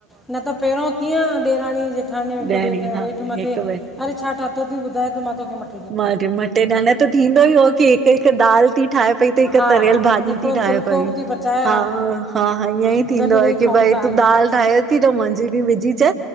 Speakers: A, in the centre; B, on the right.
A: न त पहिरों कीअं ॾेराणी जेठा ठानि हिक
B: ॾियणी
A: ॿिए खे
B: हा
A: हेठि मथे
B: हिक ॿ
A: अरे छा ठातयोथई ॿुधाए त मां तोखे मटे
B: म मटे न न त थींदो ई हो की हिक-हिक दाल थी ठाहे पई त, हिक
A: हा
B: तरियल भाॼी
A: हिकिड़ो
B: थी ठाहे
A: फुल्को
B: पई।
A: थी पचाए
B: हा-हा-हा
A: हा
B: ईअं ई थींदो
A: गॾु वेही
B: आये की
A: खाऊं
B: भई
A: था हल
B: तूं दाल ठाहे ती त मुंहिंजी बि विझी च